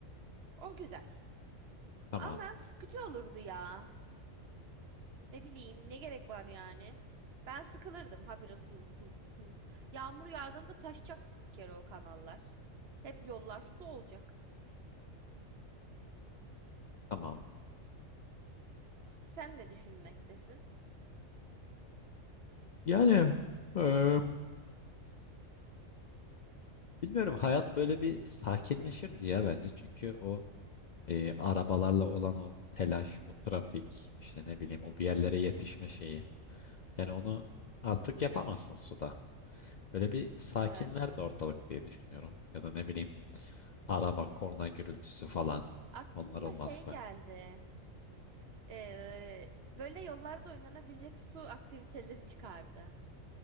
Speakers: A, on the right (about 55°); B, on the left (about 80°).
A: O güzel.
B: Tamam,
A: Ama sıkıcı olurdu ya. Ne bileyim ne gerek var yani? Ben sıkılırdım habire su su su. Yağmur yağdığında taşacak bir kere o kanallar. Hep yollar su olacak.
B: tamam.
A: Sen ne düşünmektesin?
B: Yani eee, bilmiyorum hayat böyle bir sakinleşirdi ya bence. Çünkü o eee, arabalarla olan o telaş, o trafik, işte ne bileyim o
A: Hı
B: bir
A: hı.
B: yerlere yetişme şeyi. Yani onu artık yapamazsın suda. Böyle bir sakinlerdi
A: Evet.
B: ortalık diye düşünüyorum. Ya da ne bileyim araba, korna gürültüsü falan.
A: Aklıma
B: Onlar olmazdı.
A: şey geldi. Ee, böyle yollarda oynanabilecek su aktiviteleri çıkardı.